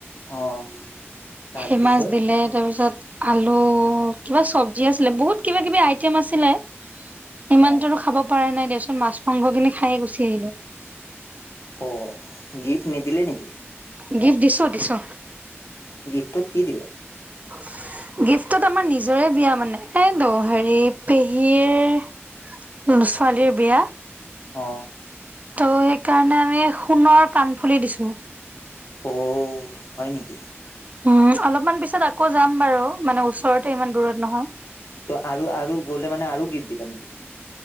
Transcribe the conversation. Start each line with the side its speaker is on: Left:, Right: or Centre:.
Left: অ'। তাৰপিছত
Right: ফেমাছ দিলে তাৰপিছত আলু কিবা চবজি আছিলে, বহুত কিবা কিবি আইটেম আছিলে। ইমানটোতো
Left: অ,
Right: খাব পৰা নাই দিয়াচোন, মাছ মাংসখিনি খাইয়ে গুচি আহিলো।
Left: অ', গিফ্ট নিদিলি নেকি।
Right: গিফ্ট দিছো- দিছো।
Left: গিফ্টটোত কি দিলে।
Right: <inaudible> গিফ্টটোত আমাৰ নিজৰে বিয়া মানে, এ দ হেৰি পেহীৰ ছোৱালীৰ বিয়া।
Left: অ'।
Right: ত' সেইকাৰণে আমি সোণৰ কাণফুলি দিছো।
Left: অ', হয় নিকি।
Right: উম, অলপমান পিছত আকৌ যাম বাৰু, মানে ওচৰতে ইমান দূৰত নহয়।
Left: ত' আৰু-আৰু গ'লে মানে আৰু গিফ্ট দিবা নেকি।